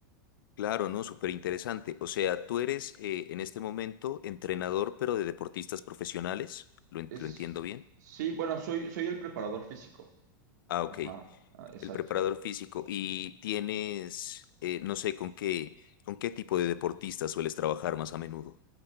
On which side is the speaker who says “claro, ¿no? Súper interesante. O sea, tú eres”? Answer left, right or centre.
Left